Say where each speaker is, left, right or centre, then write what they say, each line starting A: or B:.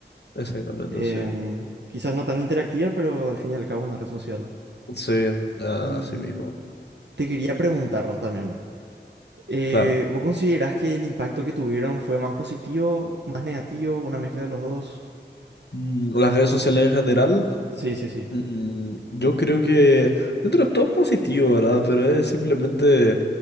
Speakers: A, on the left (about 65°); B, on the right (about 70°).
A: exactamente, sí.
B: Em, quizás no tan interactiva, pero al fin y al cabo una red social.
A: Sí, ah,
B: Y
A: así mismo.
B: te quería preguntar también. Eh,
A: Claro.
B: ¿vos considerás que el impacto que tuvieron fue más positivo, más negativo, una mezcla de los dos?
A: Mm, Las redes sociales en general.
B: Sí, sí, sí.
A: Mm, Yo creo que dentro de todo positivo, ¿verdad? Pero es simplemente